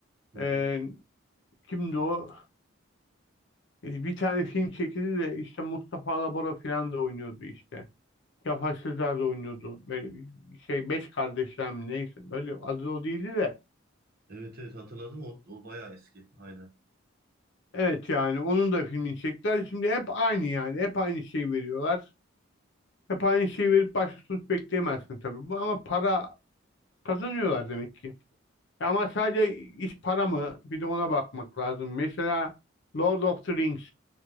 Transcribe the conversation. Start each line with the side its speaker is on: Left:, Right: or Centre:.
Right: Hı hı.
Left: Ee, kimdi o? Ee, Bir tane film çekildi de işte Mustafa Alabora falan da oynuyordu işte. Cafer Sezer de oynuyordu. Böyle bir şey Beş Kardeşler mi neyse. böyle adı o değildi de.
Right: Evet evet hatırladım o, o bayağı eski aynen.
Left: Evet yani onun da filmini çektiler. Şimdi hep aynı yani. Hep aynı şeyi veriyorlar. Hep aynı şeyi verip başka sonuç bekleyemezsin tabii. Bu- Ama para kazanıyorlar demek ki. Ama sadece iş para mı? Bir de ona bakmak lazım. Mesela Lord of the Rings.